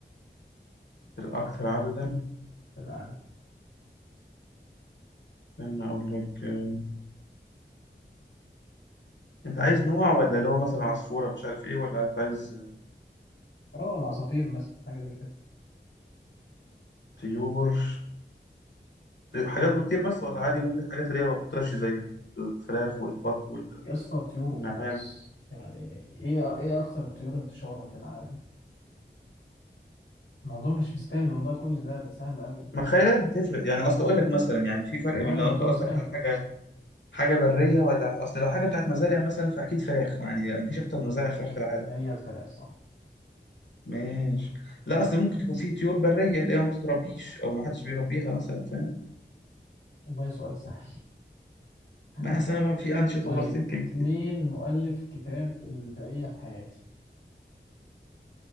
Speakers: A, on the left; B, on the left.
A: الاكثر عددا
B: في العالم
A: استنى اقول لك آه، انت عايز نوع ولا اللي هو مثلا عصفورة مش عارف ايه ولا انت عايز
B: اه العصافير مثلا حاجة زي كده
A: طيور طيور- حاجات بتطير بس ولا عادي ممكن حاجات اللي هي ما بتطيرش زي الفراخ والبط
B: يا اسطى طيور
A: والنعام
B: وخلاص يعني ايه ايه أكثر الطيور انتشارا في العالم الموضوع مش مستاهل والله كل ده ده سهل أوي
A: ما خلي بالك بتفرق يعني اصل اقول لك مثلا يعني في فرق
B: والله
A: بين
B: الموضوع
A: لو انت قصدك
B: سهل
A: على حاجة حاجة برية ولا اصل لو حاجة بتاعت مزارع مثلا فاكيد فراخ يعني مفيش اكتر من مزارع فراخ
B: آه،
A: في العالم
B: هي الفراخ صح
A: ماشي لا اصل ممكن تكون في طيور برية اللي هي ما بتتربيش او ما حدش بيربيها مثلا فاهم
B: والله سؤال سهل <laughs>
A: ما اصل انا بقى في انشط
B: طيب
A: اوفر سينكينج
B: مين مؤلف كتاب البقية في حياتي